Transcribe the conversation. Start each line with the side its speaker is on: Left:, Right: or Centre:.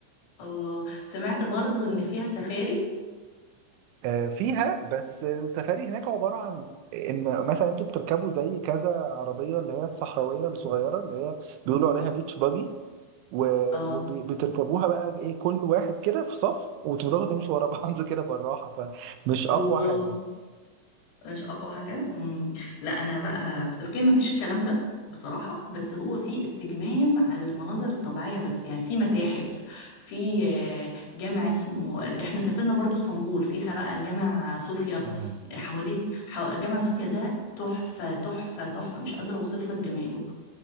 Left: الله سمعت برضو ان فيها سفاري
Right: آه، فيها بس السفاري هناك عبارة عن ان مثلا انتوا بتركبوا زي كذا عربية اللي هي الصحراوية الصغيرة اللي هي بيقولوا عليها بيتش باجي وبتركبوها
Left: اه
Right: بقى ايه كل واحد كده في صف وتفضلوا تمشوا ورا بعض <laughs> كده بالراحة فمش اقوى
Left: الله
Right: حاجة
Left: مش اقوى حاجه امم لا انا بقى في تركيا ما فيش الكلام ده بصراحه بس هو في استجمام على المناظر الطبيعيه بس يعني في متاحف في آه، جامع اسمه احنا سافرنا برضو اسطنبول فيها بقى الجامع صوفيا
Right: آه،
Left: حواليه حو... جامع صوفيا ده تحفه تحفه تحفه مش قادره اوصف لك جماله